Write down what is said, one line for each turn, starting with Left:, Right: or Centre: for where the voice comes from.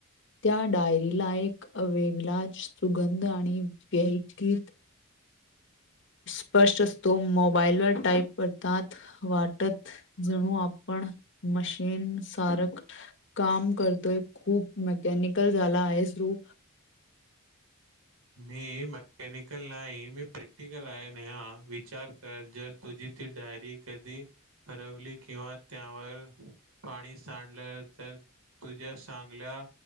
Left: त्या डायरीला एकवेेगळाच सुगंध आणि व्यगत
Right: ह
Left: स्पष्ट असतो मोबाईलवरर टाईप करतात वाटत जणू आपण मशीन सारक काम करतोय खूप मेकॅनिकल झाला आहेू
Right: गरमम मी मकॅनिकल नाही मी प्रॅक्टिकल आहे नहा विचार कर जर तुझी डायरी कधी हरवली किंवा त्यावर पाणी सांडलं तर तुझ्या चांगल्या